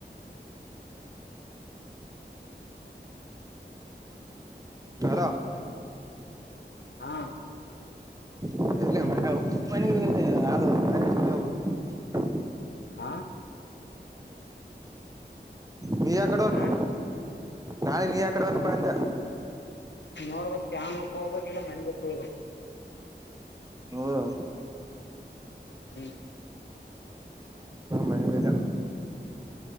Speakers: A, on the right; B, on the left.
A: ಹರ.
B: ಹಾ
A: ಎಲ್ಲ ಮ ಉ ಮ ಅ.
B: ಹ.
A: ನೀ ಯಕಡೆ ಹೊತ್ತು
B: ಏನ
A: ನಾಳೆ ನೀ ಆಕಡೆ ಹೊತ್ತು ಪಜ.
B: ನೋಡ್ಬೇಕ ಚಂಗ್ಕ್ ಹೋಗ್ಬೇಕಕ್ ಇಲ್ಲ ಮೆನ್ಗಕ್ ಹೋಗ್ಬೇಕು.
A: ಹೌದಾ.
B: ಹ್ಮ.
A: ಮನೆ ಮೇಲೆ